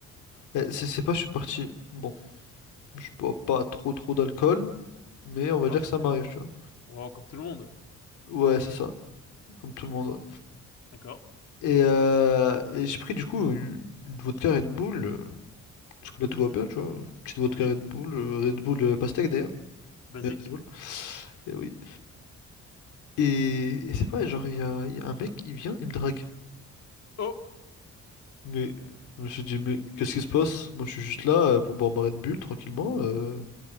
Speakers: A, on the left; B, on the left.
A: Eh, C'est c'est pas, je suis parti. Bon, je bois pas trop trop d'alcool, mais
B: D'accord.
A: on va dire que ça m'arrive, tu vois.
B: Oh, comme tout le monde.
A: Ouais, c'est ça, comme tout le monde. ouais.
B: D'accord.
A: Et, euh, et j'ai pris du coup une, une vodka Red Bull, euh, parce que là tout va bien, tu vois. Petite vodka
B: Oui.
A: Red Bull, euh, Red Bull euh, pastèque d'ailleurs,
B: Basique.
A: mais Red Bull. Et oui. Et, et c'est pareil, genre, il y a, il y a un mec, il vient, il me drague.
B: Oh,
A: Mais je me suis dit, mais qu'est-ce qui se passe? Moi, je suis juste là euh, pour boire ma Red Bull tranquillement. euh,